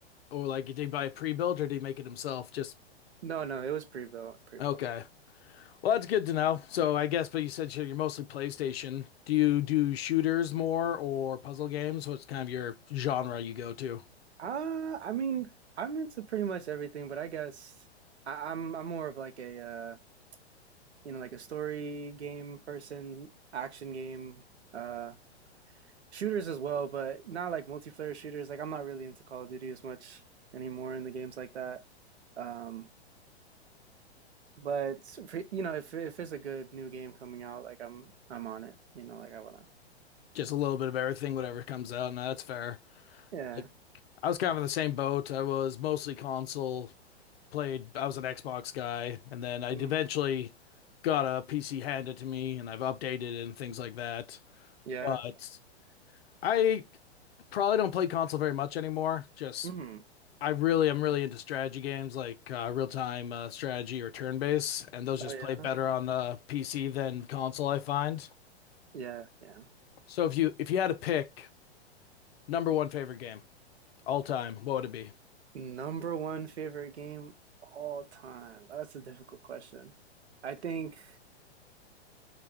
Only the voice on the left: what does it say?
or like did he buy a pre-built or did he make it himself? Just
okay. Well, that's good to know. So I guess, but you said you're mostly PlayStation. Do you do shooters more or puzzle games? What's kind of your genre you go to?
Just a little bit of everything, whatever comes out. No, that's fair.
Like I was kind of in the same boat. I was mostly console, played, I was an Xbox guy, and then I
eventually got a PC handed to me and I've updated it and things like that.
But I probably don't play console very much anymore. Just
I really i am really into strategy games like uh, real-time uh, strategy or turn-based, and those
just
play better on uh, PC than console, I find.
So if you if you had to pick number one favorite game all time, what would it be?